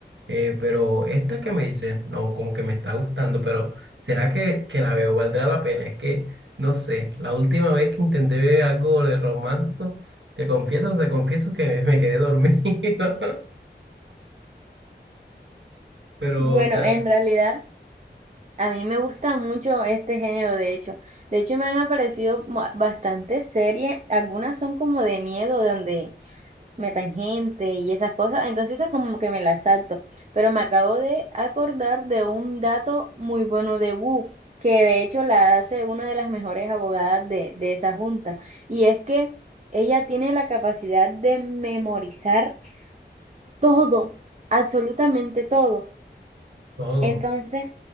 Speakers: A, on the right (about 85°); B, on the right (about 40°).
A: eh, pero esta que me dice, no, como que me está gustando, pero ¿será que, que la veo? ¿Valdrá la pena? Es que, no sé, la última vez que intenté ver algo de romántico, te confieso, te confieso que me me quedé dormido, <laughs> pero,
B: Bueno,
A: o sea,
B: en realidad a mí me gusta mucho este género, de hecho. De hecho me han aparecido ma- bastantes series, algunas son como de miedo, donde metan gente y esas cosas, entonces esas como que me las salto. Pero me acabo de acordar de un dato muy bueno de Wu, que de hecho la hace una de las mejores abogadas de, de esa junta, y es que ella tiene la capacidad de memorizar todo, absolutamente todo.
A: todo.
B: Entonces,